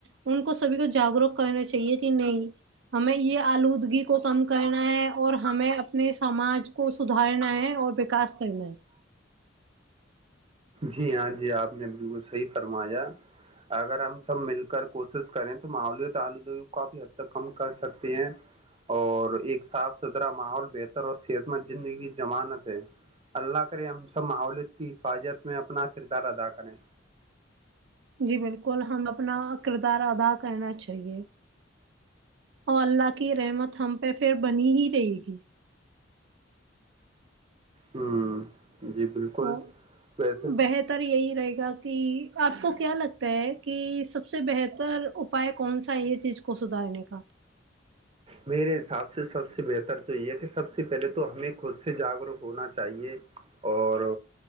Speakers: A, on the right; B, on the right.
A: ان کو سبھی کو جاگروک کرنا چاہیے کہ نہیں ہمیں یہ آلودگی کو کم کرنا ہے اور ہمیں اپنے سماج کو سدھارنا ہے اور وکاس کرنا ہے
B: جی ہاں جی آپ نے بالکل صحیح فرمایا اگر ہم سب مل کر کوشش کریں تو ماحوللی کافی حد تک کم کر سکتی ہیں اور ایک صاف ستھرا ماحول بہتر اور صحت مند زندگی جضمانت ہے اللہ کرے ہم سب ماحولت کی حفاظت میں اپنا کردار ادا کریں
A: جی بالکل ہم اپنا کردار ادا کرنا چاہیے اور اللہ کی رحمت ہم پہ پھر بنی ہی رہے گی
B: ہوں جی بالکل
A: او
B: ویسے
A: بہتر یہی رہے گا کہ آپ کو کیا لگتا ہے کہ سب سے بہتر اپائے کون سا یہ چیز کو سدھارنے کا
B: میرے حساب سے سب سے بہتر تو یہ کہ سب سے پہلے تو ہمیں خود سے جاگروک ہونا چاہیے اور